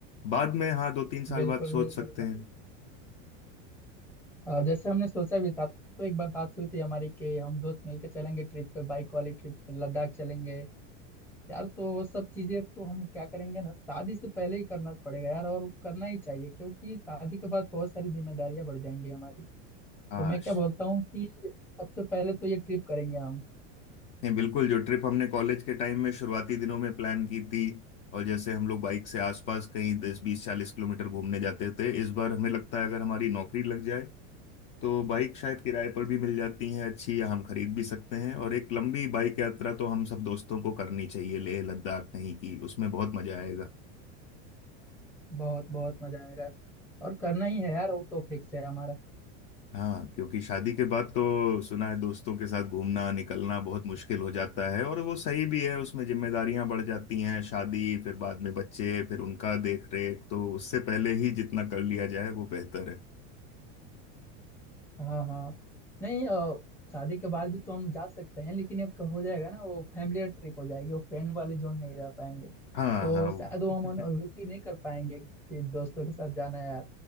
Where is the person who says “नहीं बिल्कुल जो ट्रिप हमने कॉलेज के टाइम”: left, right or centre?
Left